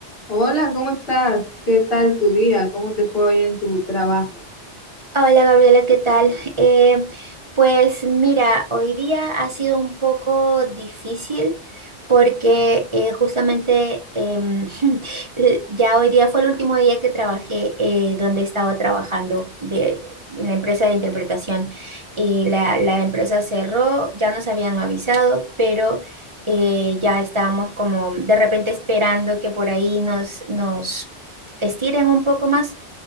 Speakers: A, on the left; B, on the right.
A: Hola, ¿cómo estás? ¿Qué tal tu día? ¿Cómo te fue hoy en tu trabajo?
B: Hola Gabriela, ¿qué tal? Eh, pues mira, hoy día ha sido un poco difícil porque eh, justamente em, <laughs> eh, ya hoy día fue el último día que trabajé eh, donde estaba trabajando de, en la empresa de interpretación y la, la empresa cerró, ya nos habían avisado, pero eh, ya estábamos como de repente esperando que por ahí nos, nos estiren un poco más